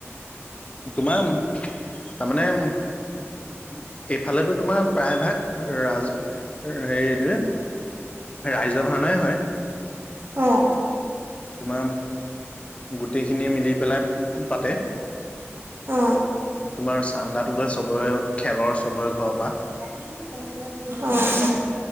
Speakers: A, on the left; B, on the right.
A: তোমাৰ তাৰমানে এইফালেতো তোমাৰ প্ৰায় ভাগ ৰাজ হেৰি এ টো কি ৰাইজৰ ভাওনাই হয়
B: অহ
A: তোমাৰ গোটেইখিনিয়ে মিলি পেলাই পাতে
B: অ
A: তোমাৰ চান্দাটোলে চবৰে খেলৰ চবৰে ঘৰৰ পৰা
B: অ